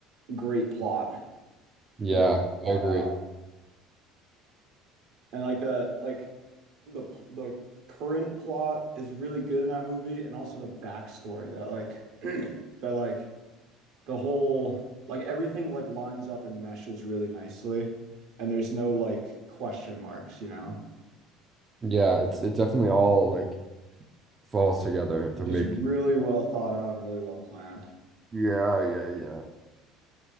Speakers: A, on the right; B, on the right.
A: great plot.
B: Yeah,
A: Very thought
B: I agree.
A: out. And like the like the the current plot is really good in that movie and also the backstory that like <clears throat> that like the whole like everything like lines up and meshes really nicely and there's no like question marks, you know.
B: Yeah, it's it definitely all like falls together to
A: Just
B: make
A: really well thought out and really well planned.
B: Yeah, yeah, yeah.